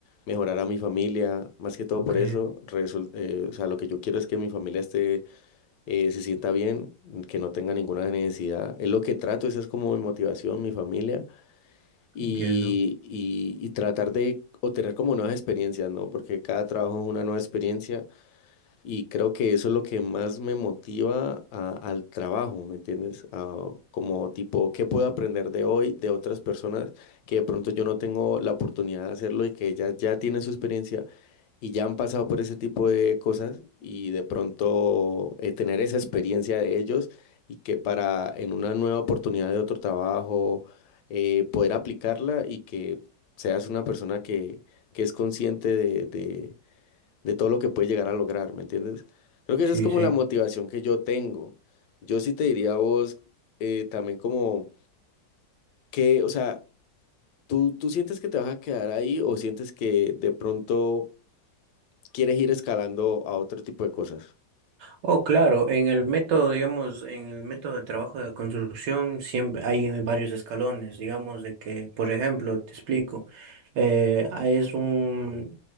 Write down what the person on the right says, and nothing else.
Ok,
entiendo.
Sí,
sí.
Oh, claro, en el método, digamos, en el método de trabajo de construcción siempre hay eh, varios escalones, digamos, de que, por ejemplo, te explico, eh, ah, es un,